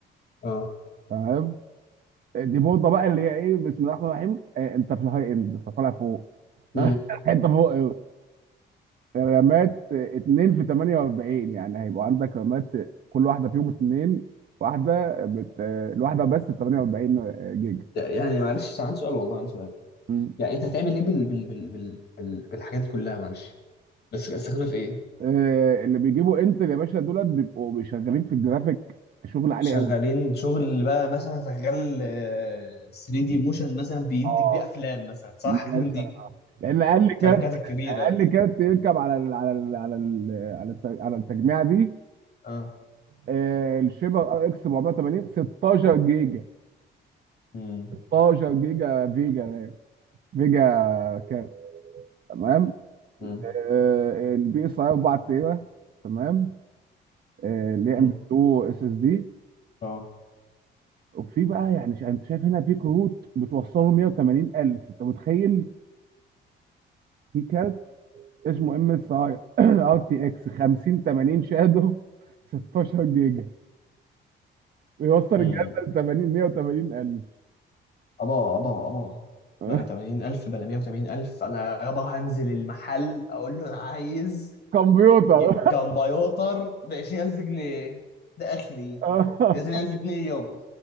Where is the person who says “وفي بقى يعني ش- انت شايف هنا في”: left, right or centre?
Right